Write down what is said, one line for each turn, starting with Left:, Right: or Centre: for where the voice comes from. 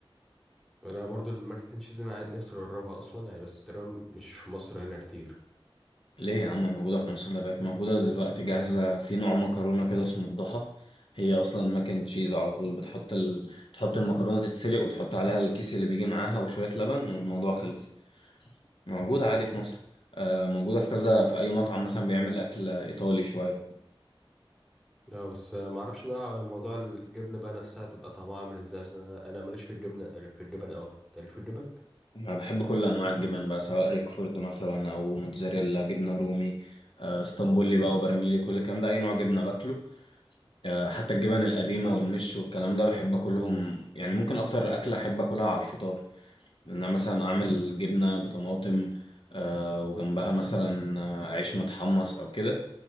Centre: انا برضو الماك اند تشيز انا عاي- نفسي اجربها اصلا يعني بس تقريبا مش في مصر هنا كتير
Left: ليه يا عم موجوده في مصر لا بقت موجوده دلوقتي جاهزه في نوع مكرونه كده اسمه الضحى هي اصلا مكن تشيز على طول بتحط ال... تحط المكرونه تتسلق وتحط عليها الكيس اللي بيجي معاها وشويه لبن والموضوع خلص موجودة عادي في مصر آه، موجودة في كذا في أي مطعم مثلا بيعمل أكل إيطالي شوية
Centre: اه بس آه، معرفش بقى موضوع الجبنه بقى نفسها تبقى طعمها عامل ازاي عشان انا انا ماليش في الجبنه في الجبن اوي أنت ليك في الجبن
Left: أنا بحب كل أنواع الجبن بقى سواء ريكفورد مثلا أو موتزاريلا جبنة رومي آه، اسطنبولي بقى وبراميلي كل الكلام ده أي نوع جبنة باكله آه، حتى الجبن القديمة والمش والكلام ده بحب أكلهم يعني ممكن أكتر أكلة أحب أكلها على الفطار إن أنا مثلا أعمل جبنة بطماطم آه، وجنبها مثلا آه، عيش متحمص أو كده